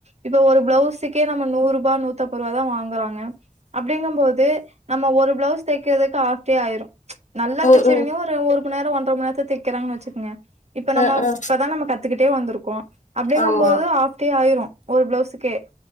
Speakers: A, on the right; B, on the left.
A: இப்போ ஒரு பிளவ்ஸுக்கே நம்ம நூறுபா நூத்தம்பருபா தா வாங்குறாங்க அப்டிங்கம்போது நம்ம ஒரு பிளவுஸ் தைக்கிறதுக்கு ஆஃப் டே ஆயிரு நல்லா தைச்சவங்க
B: ஆமாங்க ம் ம்
A: ஒரு மண் நேரோ ஒன்ற மண் நேரத்துல தைக்கிறாங்க வச்சுக்குங்க இப்ப
B: அ
A: நம்ம
B: அ
A: இப்பதா நம்ம கத்துக்கிட்டே வந்துருக்கோ அப்டிங்கம்போது
B: ஆமா
A: தா ஆஃப் டே ஆயிரு ஒரு பிளவுஸ்க்கே